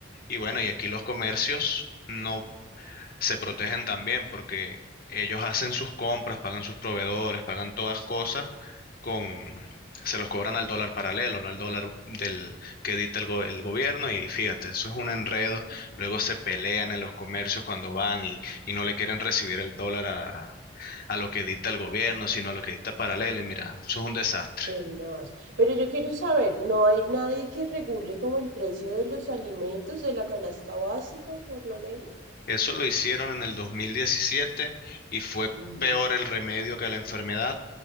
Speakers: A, on the left; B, on the right.
A: y bueno, y aquí los comercios no se protegen también porque ellos hacen sus compras, pagan sus proveedores, pagan todas cosas con, se los cobran al dólar paralelo, no al dólar del que edita el, go- el gobierno y fíjate, eso es un enredo. Luego se pelean en los comercios cuando van y, y no le quieren recibir el dólar a, a lo que edita el gobierno, sino a lo que edita paralelo y mira, eso es un desastre.
B: tenaz. Pero yo quiero saber, ¿no hay nadie que regule como el precio de los alimentos de la canasta básica, por lo menos?
A: Eso lo hicieron en el 2017 y fue
B: Ujú.
A: peor el remedio que la enfermedad